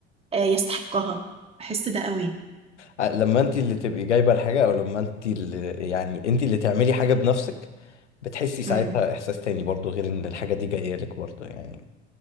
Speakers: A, on the right (about 15°); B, on the left (about 85°).
A: آه، يستحقها بحس ده قوي
B: ع- لما انت اللي تبقي جايبه الحاجه او لما انت اللي يعني انت اللي تعملي حاجه بنفسك بتحسي ساعتها
A: مم.
B: احساس تاني برضو غير ان الحاجه دي جايه لك برضو يعني